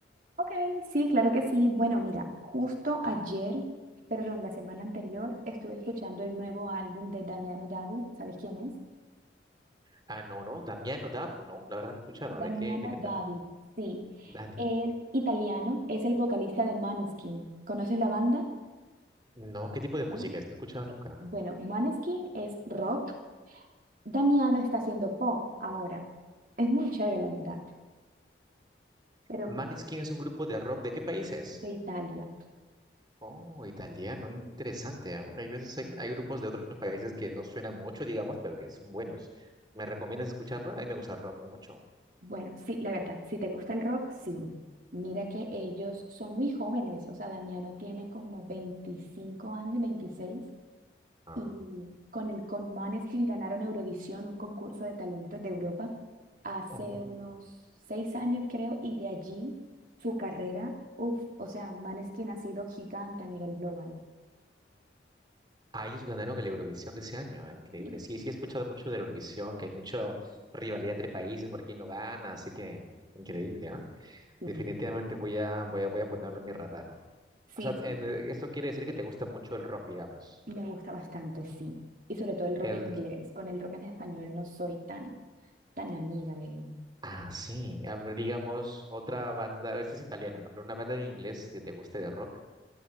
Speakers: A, on the right; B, on the right.
A: Ok, sí, claro que sí. Bueno, mira, justo ayer, perdón, la semana anterior, estuve escuchando el nuevo álbum de Damiano David. ¿Sabes quién es?
B: Ah, no, no, Damiano Dabu, no, la verdad no he escuchado.
A: Damiano
B: ¿De qué, de qué
A: David,
B: trata?
A: sí.
B: Daddy.
A: Es italiano, es el vocalista de Maneskin. ¿Conoces la banda?
B: No, ¿qué tipo de música
A: No.
B: es? No he escuchado nunca.
A: Bueno, Maneskin es rock. Damiano está haciendo pop ahora. Es muy chévere, la verdad. Pero
B: Maneskin
A: pues,
B: es un grupo de rock, ¿de qué países?
A: de Italia.
B: Oh, italiano, interesante, ¿no? Hay veces hay,
A: Ujú.
B: hay grupos de otros países que no suenan mucho, digamos, pero que son buenos. ¿Me recomiendas escucharlo? A mí me gusta el rock mucho.
A: Bueno, sí, la verdad, si te gusta el rock, sí. Mira que ellos son muy jóvenes, o sea, Damiano tiene como 25 años, veintiséis
B: Ah,
A: y con el Con Måneskin ganaron Eurovisión, un concurso de talentos de Europa, hace
B: oh.
A: unos seis años creo, y de allí su carrera, uff, o sea, Måneskin ha sido gigante a nivel global.
B: Ah, ellos ganaron el Eurovisión de ese año, ah, Increíble.
A: Sí,
B: Sí, sí he escuchado mucho del Eurovisión, que hay mucha rivalidad entre países por quién lo gana, así que increíble, ¿ah?
A: sí,
B: Definitivamente voy a, voy a, voy a ponerlo en mi radar.
A: sí,
B: O sea, en-
A: sí,
B: eh, esto quiere decir que te gusta mucho el rock, digamos.
A: me gusta bastante, sí. Y sobre todo el rock
B: El,
A: en inglés, con el rock en español no soy tan tan amiga de,
B: ah, sí. A ver, digamos, otra banda, este es italiano, ¿no? Pero una banda de inglés que te guste de rock.